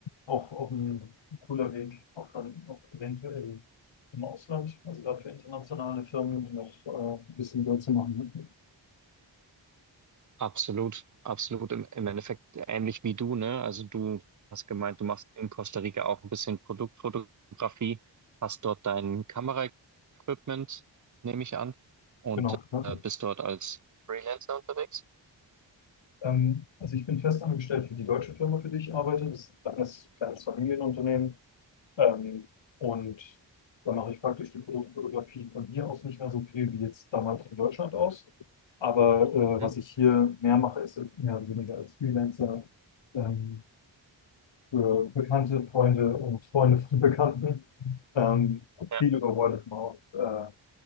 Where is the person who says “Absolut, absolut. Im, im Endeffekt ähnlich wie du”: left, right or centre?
Right